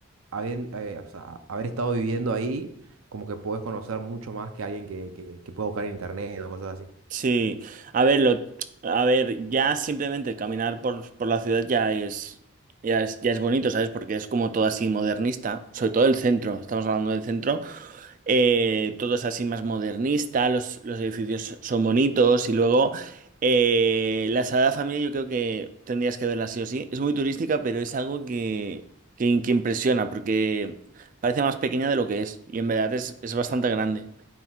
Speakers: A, on the right; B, on the right.
A: habiendo, eh, o sea, haber estado viviendo ahí, como que podés conocer mucho más que alguien que, que, que pueda buscar en internet o cosas así.
B: Sí, a ver, lo, a ver, ya simplemente caminar por, por la ciudad ya es, ya es, ya es bonito, ¿sabes? Porque es como todo así modernista, sobre todo el centro, estamos hablando del centro, eh, todo es así más modernista, los, los edificios son bonitos y luego eh, la Sagrada Familia yo creo que tendrías que verla sí o sí. Es muy turística, pero es algo que, que, que impresiona porque parece más pequeña de lo que es y en verdad es, es bastante grande.